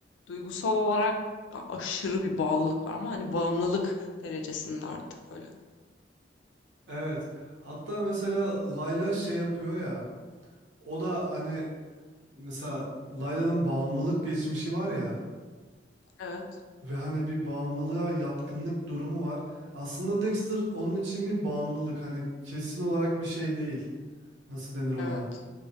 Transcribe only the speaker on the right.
Evet. Hatta mesela Layla şey yapıyor ya. O da hani mesela Layla'nın bağımlılık geçmişi var ya.
Ve hani bir bağımlılığa yatkınlık durumu var. Aslında Dexter onun için bir bağımlılık. Hani kesin olarak bir şey değil. nasıl denir ona?